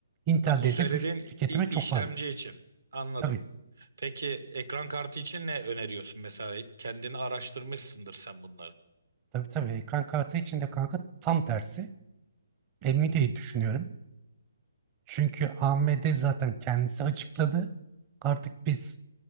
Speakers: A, on the right; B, on the right.
A: Intel'de
B: Lan Bu
A: ise
B: söylediğin
A: güç tüketimi
B: i-
A: çok
B: işlemci
A: fazla.
B: için. Anladım.
A: Tabii
B: Peki ekran kartı için ne öneriyorsun mesela? Kendini araştırmışsındır sen bunları.
A: tabii tabii ekran kartı içinde kanka tam tersi. Nvidia'yı düşünüyorum. Çünkü AMD zaten kendisi açıkladı. Artık biz